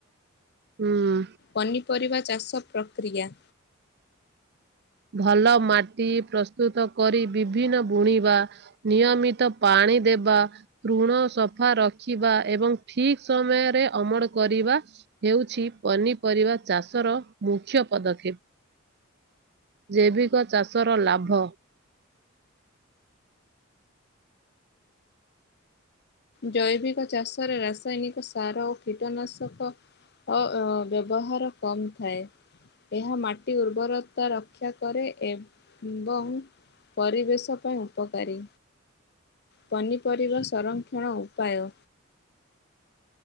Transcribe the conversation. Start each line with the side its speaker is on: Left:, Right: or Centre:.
Right: ହୁଁ,
Left: ପନିପରିବା ଚାଷ ପ୍ରକ୍ରିୟା।
Right: ଭଲ ମାଟି ପ୍ରସ୍ତୁତ କରି ବିଭିନ୍ନ ବୁଣିବା ନିୟମିତ ପାଣି। ଦେବା ଋଣ ସଫା ରଖିବା ଏବଂ ଠିକ ସମୟରେ ଅମଳ କରିବା। ହେଉଛି ପନିପରିବା ଚାଷର ମୁଖ୍ୟ ପଦକ୍ଷେପ। ଜୈବିକ ଚାଷର ଲାଭ।
Left: ଜୈବିକ ଚାଷରେ ରାସାୟନିକ ସାର ଓ କୀଟନାଶକ। ଅ ବ୍ୟବହାର କମ ଥାଏ। ଏହା ମାଟି ଉର୍ବରତା ରକ୍ଷା କରେ ଏବଂ। ପରିବେଶ ପାଇଁ ଉପକାରୀ। ପନିପରିବା ସଂରକ୍ଷଣ ଉପାୟ।